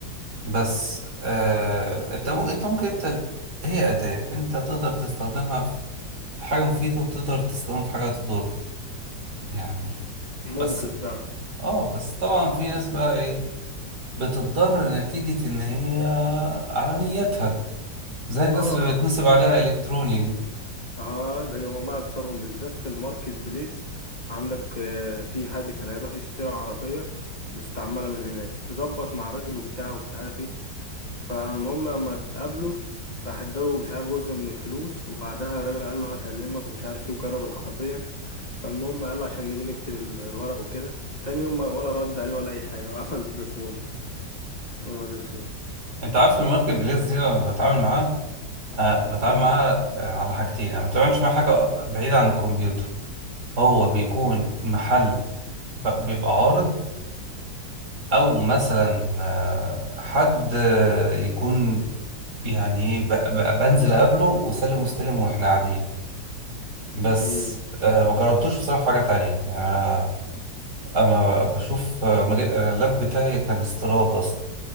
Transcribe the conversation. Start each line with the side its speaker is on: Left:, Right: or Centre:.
Right: بس آه أنت ممكن أنت ممكن أنت ال- هي أداة أنت تقدر تستخدمها في في حاجة مفيدة وتقدر تستخدمها في حاجة تضر يعني
Left: ممكن
Right: بس
Left: فعلا
Right: اه بس طبعا في ناس بقى ايه بتتضر نتيجة ان هي على نيتها زي الناس
Left: اه
Right: اللي بتنصب عليها الكتروني دي
Left: اه ده جماعة اكترهم بالذات في الماركت بليس عندك آه، في حد كان هيروح يشتري عربية مستعملة من هناك ظبط مع الراجل وبتاع ومش عارف ايه فالمهم لما اتقابلوا راح اداله مش عارف جزء من الفلوس وبعدها الراجل قال له هكلمك ومش عارف ايه وجرب العربية فالمهم قال له عشان نيجي نكتب ال- الورق وكده تاني يوم ما- ولا رد عليه ولا أي حاجة وقفل <laughs> تليفونه يا نهار أسود
Right: انت عارف الماركت بليس دي لما بتعامل معاه آه بتعامل
Left: أمم،
Right: معاه آه على حاجتين انا ما بتعاملش مع حاجة بعيدة عن الكمبيوتر هو بيكون محل ب- بيبقى عارض او مثلا آه حد آه، يكون يعني إيه، ب- ب- بنزل قبله وسلم واستلم واحنا قاعدين بس
Left: أمم،
Right: آه ما جربتوش بصراحة في حاجة تانية يعني انا بشوف مجا- اللاب بتاعي كان استيراد اصلا